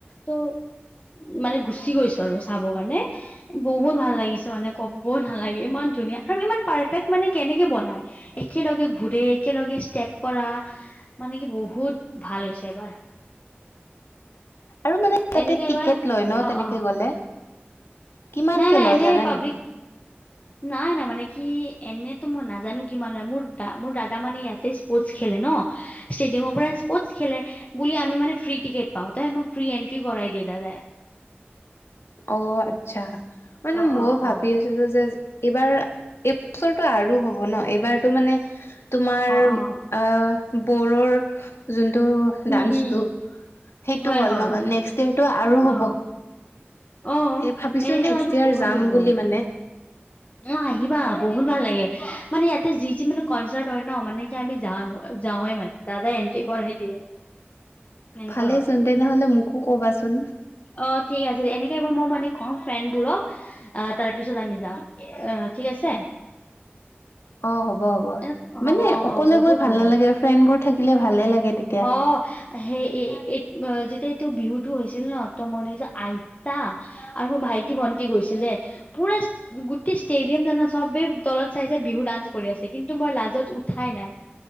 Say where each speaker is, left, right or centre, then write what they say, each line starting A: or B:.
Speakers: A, on the left (about 35°); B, on the left (about 80°).
A: ত মানে গুচি গৈছো আৰু চাব কাৰণে বহুত ভাল লাগিছে মানে কব ভাল লাগে ইমান ধুনীয়া আৰু ইমান পাৰফেক্ট মানে কেনেকে বনাই একেলগে ঘুৰে একেলগে ষ্টেপ কৰা। মানে কি বহুত ভাল হৈছে এবাৰ।
B: আৰু মানে তাতে
A: এনেকুৱা
B: টিকেট
A: এবাৰ
B: লয় ন,
A: অ
B: তেনেকে
A: অ
B: গ'লে কিমানকে
A: নাই নাই
B: লয়
A: এনেই
B: জানা
A: পাব্লিক।
B: নেকি?
A: নাই নাই মানে কি এনেতো মই নাজানো কিমান লয় মোৰ মোৰ দাদা মানে ইয়াতে স্পৰ্টচ খেলে ন। ষ্টেডিয়ামৰ পৰা স্পৰ্টচ খেলে বুলি আমি মান ফ্ৰী টিকেট পাওঁ তই আমাক ফ্ৰী এণ্ট্ৰি কৰাই দিয়ে দাদা।
B: অ আচ্ছা মানে
A: অ
B: মই
A: অ
B: ভাবি
A: অ
B: আছোঁ ছিলো যে, এইবাৰ এই বছৰটো আৰু হব ন, এইবাৰতো মানে তোমাৰ
A: অ অ
B: আহ বৰৰ যোনটো
A: হুম
B: ডান্সটো
A: হুম
B: সেইটো
A: হয়
B: হ'ল
A: হয়
B: ন নেক্সট ডে আৰু
A: অ
B: হ'ব।
A: অ
B: তে ভাবিছো
A: এনেকে
B: নেক্সট
A: তটো
B: ইয়াৰ
A: হৈ
B: যাম
A: থাকিব।
B: বুলি মানে
A: অ আহিবা বহুত ভাল লাগে মানে ইয়াতে যি যি মানে কনচাৰ্ট হয় ন মানে কি আমি যাওঁ যাওঁৱে মানে। দাদা এণ্ট্ৰি কৰাই দিয়ে। এনেকুৱা
B: ভালে
A: হয়
B: চোন
A: আৰু
B: তেনেহলে মোকো কবাচোন
A: অ, ঠিক আছে দে এনেকে এইবাৰ মই মানে কম ফ্ৰেণ্ডবোৰক। আহ তাৰ পিছত আমি যাম আহ ঠিক আছে।
B: অ, হ'ব, হ'ব
A: অ
B: মানে
A: অ
B: অকলে
A: অ বহুত
B: গৈ ভাল
A: লাগে
B: নালাগে, ফ্ৰেণ্ড বোৰ থাকিলে ভালে লাগে। তেতিয়া।
A: অ সেই এ এই যেতিয়া এইটো বিহুতটো হৈছিল ন ত মই নিজৰ আইতা আৰু মোৰ ভাইটি, ভন্টি গৈছিলে পুৰা গোটেই ষ্টেডিয়াম জানা চবেই তলত চাই চাই বিহু ডান্স কৰি আছে, কিন্তু মই লাজত উঠাই নাই।